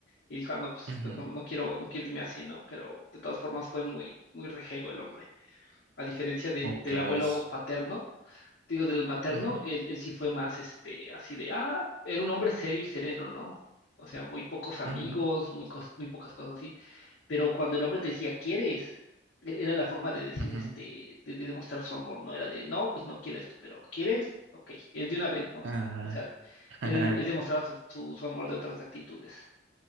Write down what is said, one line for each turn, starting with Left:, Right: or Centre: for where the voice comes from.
Left: y dijo, "Ah, no, pues,
Right: ujú,
Left: pues no, no quiero, no quiero irme así, ¿no? Pero de todas formas fue muy, muy rejego el hombre. A diferencia del,
Right: Ok.
Left: del
Right: es-
Left: abuelo paterno, digo, del materno,
Right: ujú.
Left: él, él sí fue más, este, así de, ah, era un hombre serio y sereno, ¿no? O sea, muy pocos amigos,
Right: Ujú,
Left: muy, cos- muy pocas cosas así. Pero cuando el hombre te decía, ¿quieres? Era era la forma de decir,
Right: ujú.
Left: este, de, de demostrar su amor, ¿no? Era de, no, pues no quiero esto, pero ¿quieres? Ok, es de una vez, ¿no?
Right: Ah,
Left: O sea,
Right: <laughs>
Left: él, él demostraba su, su, su amor de otras actitudes.